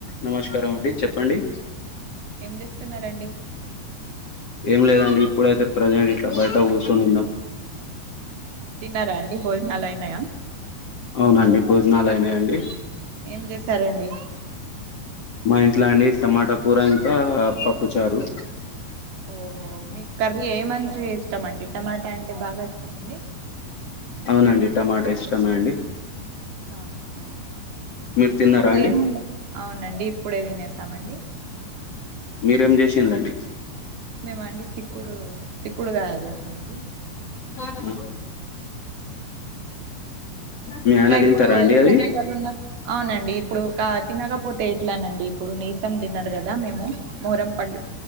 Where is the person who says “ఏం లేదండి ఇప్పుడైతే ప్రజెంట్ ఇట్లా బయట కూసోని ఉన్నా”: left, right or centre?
Left